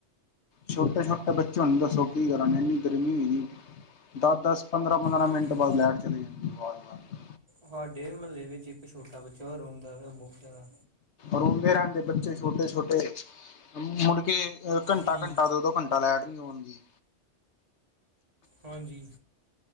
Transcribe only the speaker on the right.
ਹੂੰ
ਸਾਡੇ ਮਹੱਲੇ ਵਿੱਚ ਇੱਕ ਛੋਟਾ ਬੱਚਾ ਓ ਰੋਂਂਦਾ ਰਿਹਾ ਬੋਤ ਜ਼ਆਦਾ।
ਹੂੰ
ਹਾਂਜੀ।